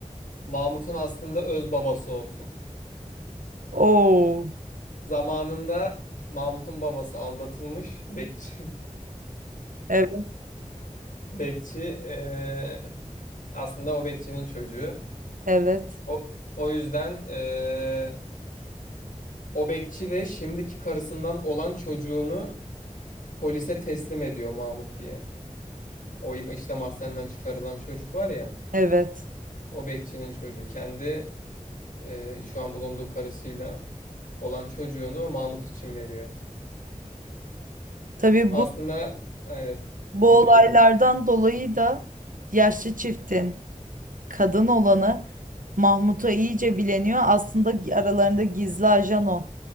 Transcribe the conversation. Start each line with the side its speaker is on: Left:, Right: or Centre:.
Left: Mahmut'un aslında öz babası olsun.
Right: Oo,
Left: Zamanında Mahmut'un babası aldatılmış bekçi <laughs>
Right: evet,
Left: bekçi e, aslında o bekçinin çocuğu.
Right: evet,
Left: O, o yüzden e, O bekçi de şimdiki karısından olan çocuğunu polise teslim ediyor Mahmut diye. O işte mahzenden çıkarılan çocuk var ya.
Right: evet.
Left: O bekçinin çocuğu. Kendi e, şu an bulunduğu karısıyla olan çocuğunu Mahmut için veriyor.
Right: Tabii
Left: Aslında
Right: bu
Left: evet
Right: bu
Left: dinliyorum.
Right: olaylardan dolayı da yaşlı çiftin kadın olanı Mahmut'a iyice bileniyor. Aslında aralarında gizli ajan o.